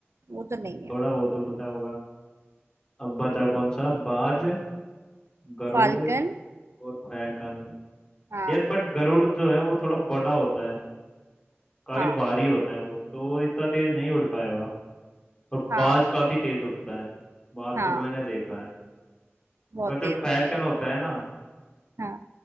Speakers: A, on the right; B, on the left.
A: वो तो नहीं है
B: थोड़ा बहुत उड़ता होगा अब बचा कौन सा बाज गरुड़
A: फाल्कन
B: और फैलकन
A: हाँ
B: यार बट गरुड़ जो है वो थोड़ा बड़ा होता है काफी
A: हाँ
B: भारी होता है वो तो वो इतना तेज नहीं उड़ पाएगा और बाज
A: हाँ
B: काफी तेज उड़ता है बाज
A: हाँ
B: को तो मैंने देखा है
A: बहुत
B: बट जो
A: तेज होता
B: फैलकन
A: है
B: होता है ना
A: हाँ